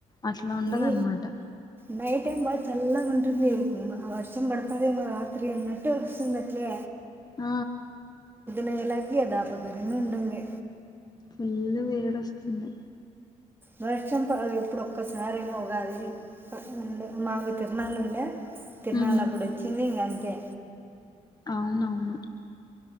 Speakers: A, on the left; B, on the right.
A: అట్లా ఉండదన్నమాట
B: మీ నైట్ టైం బా చల్లగా ఉంటుంది వర్షం పడుతుదేమో రాత్రి అన్నట్టు వస్తుంది అట్లే
A: ఆ
B: నేలాకి థాపకరంగా ఉంటుంది
A: ఫుల్లు వేడి వస్తుంది
B: వర్షం ఇప్పుడు ఒక్కసార ఏమోగాదు ఉండ మావి తిరనాలు ఉండే తిరనాలప్పుడోచ్చింది
A: ఉమ్
B: ఇంగ తే
A: అవునవును